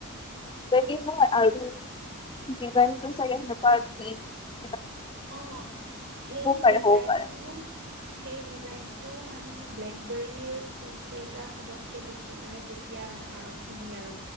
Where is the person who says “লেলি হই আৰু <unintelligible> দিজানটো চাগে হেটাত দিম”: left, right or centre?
Left